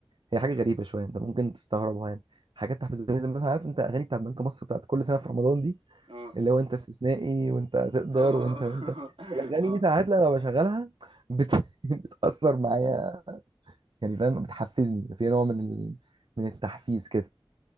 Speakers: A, on the right; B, on the right.
A: هي حاجة غريبة شوية أنت ممكن تستغربها يعني حاجات تحفيزية زي مثلا عارف أنت أغاني بتاعت بنك مصر بتاعت كل سنة في رمضان دي
B: اه
A: اللي هو انت استثنائي وانت هتقدر
B: اه <laughs>
A: وانت وانت الاغاني
B: اه
A: دي ساعات لما بشغلها بت... <laughs> بتاثر معايا يعني فاهم بتحفزني في نوع من ال... من التحفيز كده